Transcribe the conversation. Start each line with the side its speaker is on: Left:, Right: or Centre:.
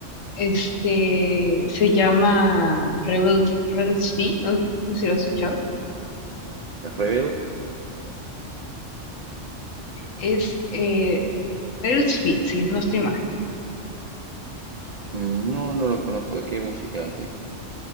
Left: Este se llama Rebels, Rebels Fee, no sé si lo has escuchado.
Right: ¿Rebel?
Left: Es eh, Rebels Fee, si no estoy mal.
Right: Mm, No, no lo conozco. ¿De qué música hace?